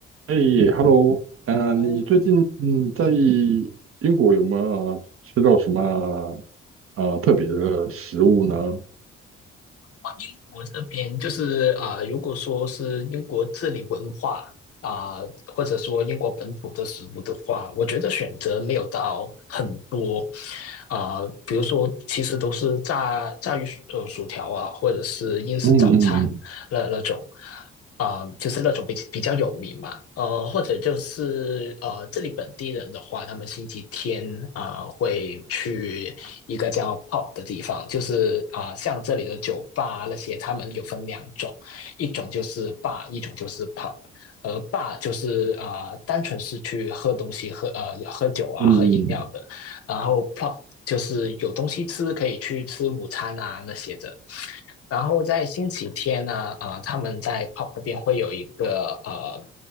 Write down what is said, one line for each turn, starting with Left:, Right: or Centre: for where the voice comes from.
Right: 哎，Hello，嗯、
Left: 哦，
Right: 呃你最近嗯在英国有没有吃到什么呃特别的食物呢？
Left: 啊英国这边就是啊、呃如果说是英国这里文化啊、或者说英国本土的食物的话，我觉得选择没有到很多啊、比如说其实都是炸炸鱼薯呃薯条啊，或者是英式早餐那那种。
Right: 嗯嗯
Left: 啊、呃就是那种比比较有名嘛，呃，或者就是呃，这里本地人的话，他们星期天啊、呃会去一个叫 p o p 的地方，就是啊、呃像这里的酒吧啊那些，他们有分两种，一种就是 bar，一种就是 p o p 而 bar 就是啊、呃单纯是去喝东西、喝呃喝酒啊、
Right: 嗯
Left: 喝饮料的，然后 p o p 就是有东西吃，可以去吃午餐啊那些的。然后在星期天呢，呃，他们在 pub 那边会有一个呃